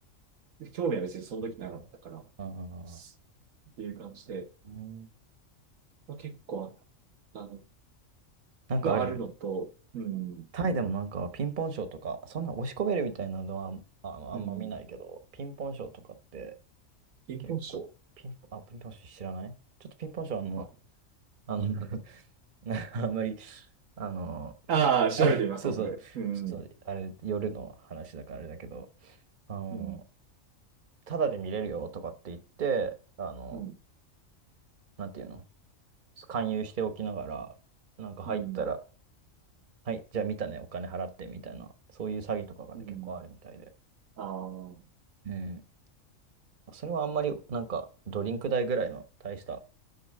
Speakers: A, on the right; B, on the right.
A: う、興味は別にその時なかったから、
B: うん怖いわ。うんうん
A: すっていう感じで、
B: うん。うん
A: まあ、結構あったの
B: なんかあるよね。
A: はあるのと、うん、
B: タイでもなんかピンポンショーとか、そんな押し込めるみたいなのはあああんま見ないけど、
A: うん、
B: ピンポンショーとかって
A: 貧困症。
B: 結構、ピンポン、あ、ピンポンショー知らないちょっとピンポンショーあの、
A: あ、
B: あの、<laughs> あんまり、あの、
A: ああ調べてみます、
B: <laughs> あそうそう、
A: 後で。うん、
B: ちょっとあれ、夜の話だからあれだけど、あの、
A: うん、
B: ただで見れるよとかって言って、あの、
A: うん、
B: なんていうの勧誘しておきながら、なんか入ったら、
A: うん、
B: はい、じゃあ見たね、お金払ってみたいな、そういう詐欺とかがね、
A: うん、
B: 結構あるみたいで。
A: ああ、う
B: うん。それはあんまり、なんか、ドリンク代ぐらいの大した